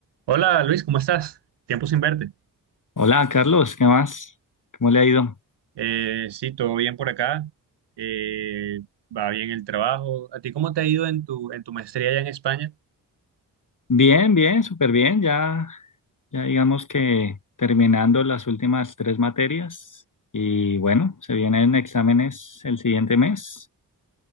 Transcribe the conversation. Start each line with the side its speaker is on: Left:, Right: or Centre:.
Right: Hola Luis, ¿cómo estás? Tiempo sin verte.
Left: Hola, Carlos, ¿qué más? ¿Cómo le ha ido?
Right: Eh, sí, todo bien por acá. Eh, va bien el trabajo. ¿A ti cómo te ha ido en tu, en tu maestría allá en España?
Left: Bien, bien, súper bien. Ya, ya digamos que terminando las últimas tres materias y bueno, se vienen exámenes el siguiente mes